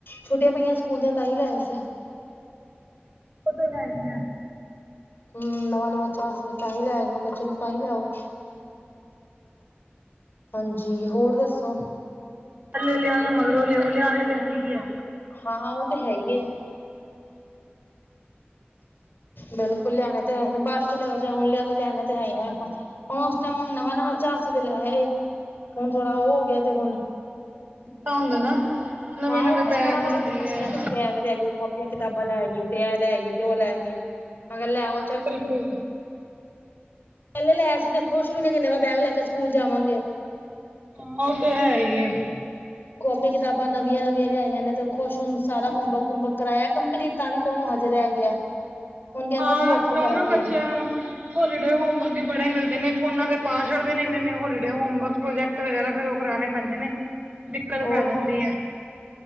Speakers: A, on the left; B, on the right.
A: ਛੁੱਟੀਆਂ ਪਈਆਂ ਸਕੂਲ ਦੀਆਂ ਤਾਂ ਹੀ ਲੈ ਆਏ ਸੀ।
B: ਉਹ ਤਾਂ ਹੈ ਹੀ ਐ।
A: ਹੂੰ, ਨਵਾਂ-ਨਵਾਂ ਚਾਅ ਸੀ ਤਾਂਹੀ ਲੈ ਆਏ, ਮੈਂ ਕਿਹਾ ਚਲ ਤਾਂ ਹੀ ਲੈ ਆਓ। ਹਾਂਜੀ, ਹੋਰ ਦੱਸੋ?
B: ਪਹਿਲੇ ਲਿਆਓ ਜਾਂ ਮਗਰੋਂ ਲਿਆਓ, ਲਿਆਉਣੇ ਤੇ ਹੈ ਹੀ ਐ।
A: ਹਾਂ ਉਹ ਤੇ ਹੈ ਹੀ ਏ। ਬਿਲਕੁਲ ਲਿਆਣੇ ਤੇ ਹੈ ਹੀ ਨੇ, ਬਾਅਦ ਚ ਲਿਆਉ ਜਾਂ ਹੁਣ ਲਿਆ ਦੋ ਲੈਣੇ ਤੇ ਹੈ ਹੀ ਨੇ ਆਪਾਂ। ਹੁਣ ਉਸ ਟਾਈਮ ਹੁਣ ਨਵਾਂ-ਨਵਾਂ ਚਾਅ ਸੀ ਤੇ ਲੈ ਆਏ, ਹੁਣ ਥੋੜਾ ਉਹ ਹੋ ਗਿਆ ਤੇ ਹੁਣ
B: <inaudible> ਹੁੰਦਾ ਨਾ। ਨਵੇਂ
A: ਹਾਂ,
B: ਨਵੇਂ
A: ਉਸ ਟਾਈਮ
B: ਬੈਗ
A: ਨਵਾਂ-ਨਵਾਂ
B: ਹੁੰਦੇ
A: ਚਾਅ ਸੀ
B: ਹੈ
A: ਨਾ ਕਿ ਬੈਗ ਲਿਆਈਏ, ਕੋ ਕਾਪੀਆਂ, ਕਿਤਾਬਾਂ ਲੈ ਆਈਏ ਤੇ ਐ ਲੈ ਆਈਏ ਤੇ ਓ ਲੈ ਆਈਏ, ਮੈਂ ਆਖਿਆ ਲੈ ਆਉ।
B: ਬਿਲਕੁਲ।
A: ਪਹਿਲੇ ਲਿਆ ਸੀ ਤੇ ਖੁਸ਼ ਵੀ ਨੇ ਕਿ ਨਵਾਂ ਬੈਗ ਲੈ ਕੇ ਸਕੂਲ ਜਾਵਾਂਗੇ।
B: ਹਾਂ, ਓ ਤੇ ਹੈ ਹੀ ਏ।
A: ਕੋਪੀ, ਕਿਤਾਬਾਂ ਨਵੀਆਂ-ਨਵੀਆਂ ਲਿਆਈਆਂ ਨੇ ਤੇ ਖੁਸ਼, ਹੁਣ ਸਾਰਾ ਹੋਮਵਰਕ ਹੂਮਵਰਕ ਕਰਾਇਆ ਕੰਪਲੀਟ। ਤਾਂ ਵੀ ਕਵੋਂ ਹਜੇ ਰਹਿ ਗਿਆ। ਹੁਣ ਕਹਿੰਦੇ
B: ਹਾਂ,
A: ਅਸੀਂ ਰੁਕ
B: ਅੱਜ
A: ਕੇ
B: ਕੱਲ
A: ਕਰਾਂਗੇ
B: ਨਾ ਬੱਚਿਆਂ ਨੂੰ ਹੋਲੀਡੇ ਹੋਮਵਰਕ ਵੀ ਬੜੇ ਮਿਲਦੇ ਨੇ, ਫ਼ੋਨਾਂ ਤੇ ਪਾ ਛਡਦੇ ਨੇ ਏਨੇ ਏਨੇ ਹੋਲੀਡੇ ਹੋਮਵਰਕ। ਪ੍ਰੋਜੈਕਟ ਵਗੈਰਾ ਫੇਰ ਉਹ ਕਰਾਣੇ ਪੈਂਦੇ ਨੇ, ਦਿੱਕਤ
A: ਹੋਰ
B: ਪੈ ਜਾਂਦੀ ਐ।